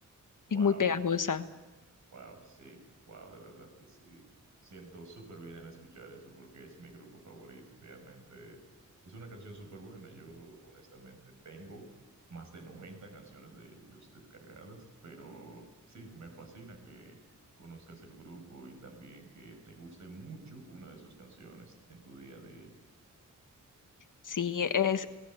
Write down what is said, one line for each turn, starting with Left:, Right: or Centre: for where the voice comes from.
Right: Wow,
Left: Es muy pegajosa.
Right: wow, sí, wow, de verdad que sí. Me siento súper bien al escuchar eso porque es mi grupo favorito. Realmente es una canción súper buena. Yo, honestamente, tengo más de 90 canciones de ellos descargadas, pero sí, me fascina que conozcas el grupo y también que te guste mucho una de sus canciones en tu día a día.
Left: Sí, es,